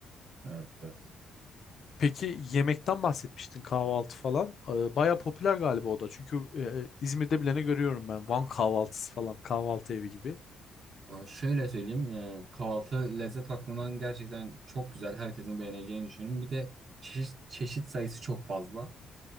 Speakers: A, on the right; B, on the left.
A: evet, evet.
B: Peki yemekten bahsetmiştin kahvaltı falan. Ee, Bayağı popüler galiba o da. Çünkü e, İzmir'de bilene görüyorum ben. Van kahvaltısı falan kahvaltı evi gibi.
A: Ya şöyle söyleyeyim, e, kahvaltı lezzet bakımından gerçekten çok güzel. Herkesin beğeneceğini düşünüyorum. Bir de çeşit, çeşit sayısı çok fazla.